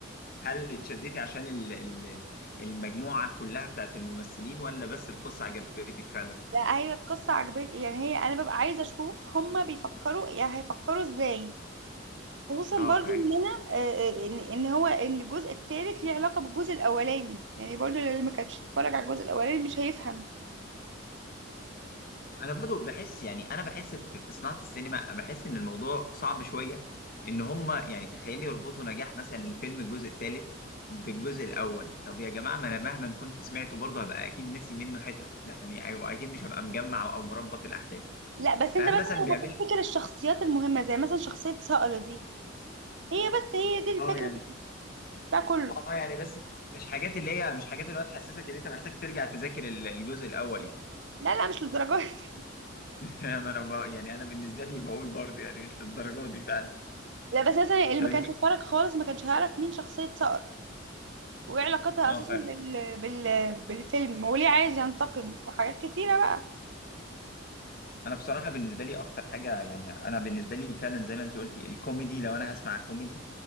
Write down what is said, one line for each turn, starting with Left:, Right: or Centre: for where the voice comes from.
Left: هل اتشدتي عشان ال- ال- المجموعه كلها بتاعت الممثلين ولا بس القصه عجبتك فعلا؟
Right: لا هي القصة عجباني يعني هي أنا ببقى عايزة أشوف هما بيفكروا يعني هيفكروا إزاي خصوصا
Left: اه
Right: برضو
Left: فاهم
Right: إن أنا آه، آه، إن إن هو إن الجزء التالت ليه علاقة بالجزء الأولاني يعني برضو اللي ما كانش اتفرج على الجزء الأولاني مش هيفهم
Left: انا برضو بحس يعني انا بحس في في صناعه السينما بحس ان الموضوع صعب شويه ان هم يعني تخيل يربطوا نجاح مثلا الفيلم الجزء الثالث بالجزء الاول طب يا جماعه ما انا مهما كنت سمعته برضه هبقى اكيد ناسي منه حتت يعني او اكيد مش هبقى مجمع او مربط الاحداث
Right: لا بس
Left: فهل
Right: أنت مثلا
Left: مثلا بيعمل
Right: هتفتكر الشخصيات المهمة زي مثلا شخصية صقر دي هي بس هي دي الفكرة
Left: اه يعني
Right: في بتاع كله
Left: اه يعني بس مش مش حاجات اللي هي مش حاجات اللي هو تحسسك ان انت محتاج ترجع تذاكر ال- الجزء الاول يعني
Right: لا لا مش للدرجة دي
Left: <laughs> ما انا ب- يعني انا بالنسبه لي بقول برضه يعني مش للدرجه دي فعلا
Right: لا بس مثلا اللي
Left: طب
Right: ما
Left: انت
Right: كانش اتفرج خالص ما كانش هيعرف مين شخصية صقر وايه علاقتها
Left: اه
Right: اساسا
Left: فعلا
Right: بال... بال... بالفيلم وليه عايز ينتقم وحاجات كتيرة بقى
Left: انا بصراحه بالنسبه لي اكتر حاجه يعني انا بالنسبه لي فعلا زي ما انت قلتي الكوميدي لو انا هسمع كوميدي